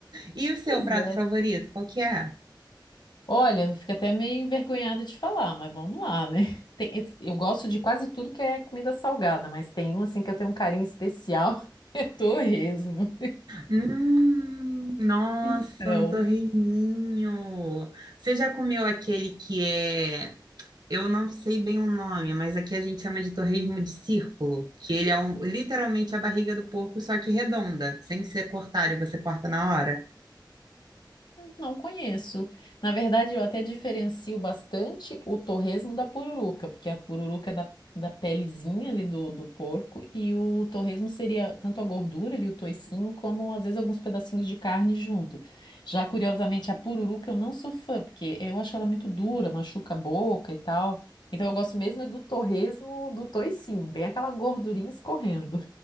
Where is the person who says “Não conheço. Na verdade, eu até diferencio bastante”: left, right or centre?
Left